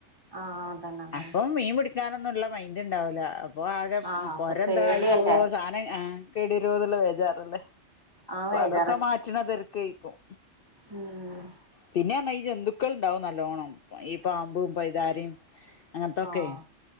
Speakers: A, on the right; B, on the left.
A: ആഹ് അതന്നെ അതന്നെ
B: ആഹ് ഇപ്പം മീൻ പിടിക്കാനൊന്നുള്ള മൈന്റ് ഉണ്ടാവൂല അപ്പൊ ആകെ
A: ആഹ് അപ്പൊ
B: പൊര എന്തായിപോവോ
A: പേടിയല്ലേ
B: സാധനം ആഹ് കേട്വരുവോന്നുള്ള വേജാറല്ലേ
A: ആഹ് വേജ്
B: അതൊക്കെ മാറ്റണ തെരക്കേരിക്കും
A: ഉം
B: പിന്നെന്നാ ഈ ജന്തുക്കൾ ഇണ്ടാവും നല്ലോണ്ണം ഈ പാമ്പും പൈയ്താരേം അങ്ങനത്തൊക്കെ
A: ആഹ്